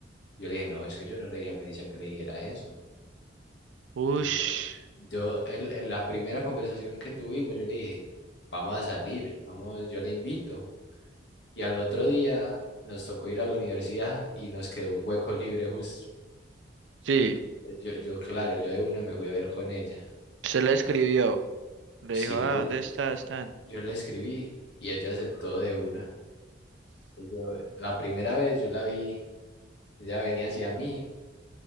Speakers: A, on the left; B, on the right.
A: Yo le dije, no, es que yo no le dije a Melissa que le dijera eso.
B: Ush.
A: Y bueno, yo, el- el- la primera conversación que tuvimos, yo le dije, vamos a salir, vamos, yo le invito. Y al otro día nos tocó ir a la universidad y nos quedó un hueco libre justo.
B: Sí.
A: Yo, yo, claro, yo de una me fui a ver con ella.
B: Se le escribió. Le
A: Sí,
B: dijo, ah,
A: yo le,
B: ¿dónde está? Están.
A: yo le escribí y ella aceptó de una. Yo- la primera vez yo la vi Ella venía hacia mí,